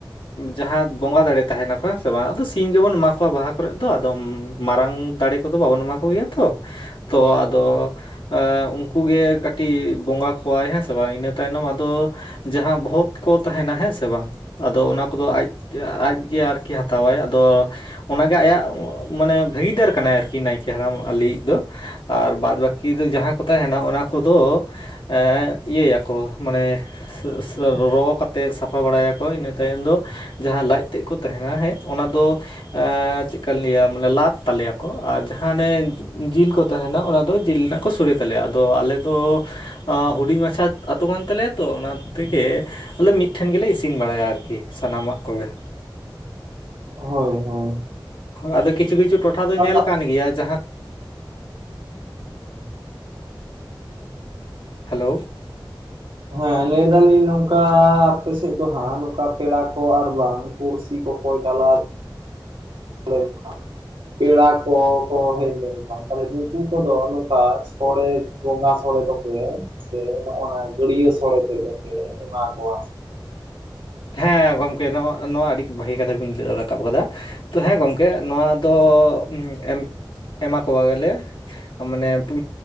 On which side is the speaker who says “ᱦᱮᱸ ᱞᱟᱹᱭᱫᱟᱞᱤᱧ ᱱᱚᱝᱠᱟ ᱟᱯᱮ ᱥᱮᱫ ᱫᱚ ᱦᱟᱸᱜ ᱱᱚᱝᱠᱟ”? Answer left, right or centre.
Right